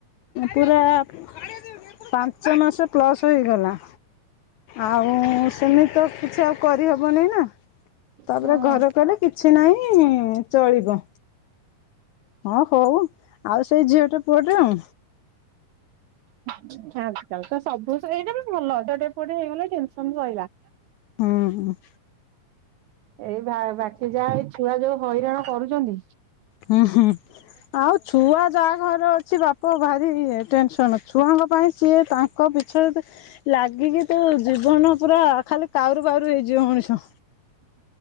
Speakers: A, on the left; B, on the right.
A: ପୁରା ପାଞ୍ଚ ମାସ ପ୍ଲସ୍ ହୋଇଗଲା। ଆଉ ସେମିତି ତ କିଛି ଆଉ କରିହବନି ନା, ତାପରେ
B: ହଁ
A: ଘରେ କହିଲେ ସେ ନାହିଁ ଚଳିବ। ହଁ ହଉ ଆଉ ସେଇ ଝିଅଟେ ପୁଅ ଟେ ଆଉ।
B: ଆଜିକାଲି ତ ସବୁ ସେଇଟାରେ ବି ଭଲ ଝିଅଟେ ପୁଅଟେ ହେଇଗଲା ଟେନସନ୍ ସଇଲା।
A: ହଁ, ହଁ।
B: ଏଇ ଭା ବାକି ଯାହା ଏଇ ଛୁଆ ଯୋଉ ହଇରାଣ କରୁଚନ୍ତି।
A: ହୁଁ, ହୁଁ ଆଉ ଛୁଆ ଯାହା ଘରେ ଅଛି ବାପ ଭାରି ଇଏ ଟେନସନ୍, ଛୁଆଙ୍କ ପାଇଁ ସିଏ ତାଙ୍କ ପିଛରେ ତ ଲାଗିକି ତୁ ଜୀବନ ପୁରା ଖାଲି କାଉରୁ ବାଉରୁ ହେଇଯିବ ମଣିଷ।